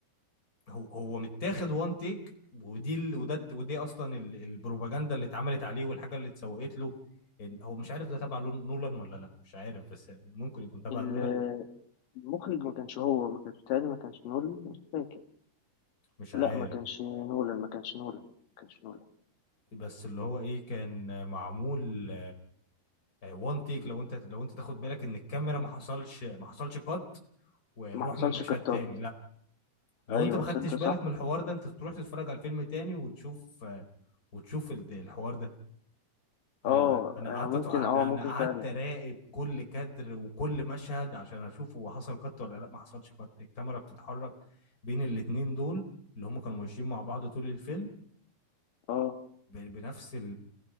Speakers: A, on the left (about 25°); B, on the left (about 65°).
A: هو هو متاخد وان تيك ودي ال... وده الت- ودي اصلا ال... البروباجندا اللي اتعملت عليه والحاجه اللي اتسوقت له إن- هو مش عارف ده تبع لون- نولان ولا لا مش عارف بس ممكن يكون تبع
B: ال-
A: نولان
B: المخرج ما كانش هو ما كانش بتهيألي ما كانش نولان مش فاكر
A: مش عارف
B: لا ما كانش نولان ما كانش نولان ما كانش نولان
A: بس اللي هو ايه كان معمول وان تيك لو انت لو انت تاخد بالك ان الكاميرا ما حصلش ما حصلش قط ورحنا
B: ما حصلش
A: اه المشهد
B: كتات
A: تاني لا لو
B: ايوه
A: انت ما خدتش
B: تصدق
A: بالك
B: صح
A: من الحوار ده انت تروح تتفرج على الفيلم تاني وتشوف آه، وتشوف ال- الحوار ده انا
B: اه
A: انا
B: انا
A: قعدت
B: ممكن
A: أت- انا
B: اه ممكن
A: أنا قعدت
B: فعلا
A: اراقب كل كادر وكل مشهد عشان اشوف هو حصل قط ولا لا ما حصلش قط الكاميرا بتتحرك بين الاتنين دول اللي هم كانوا ماشيين مع بعض طول الفيلم
B: اه
A: ب- بنفس ال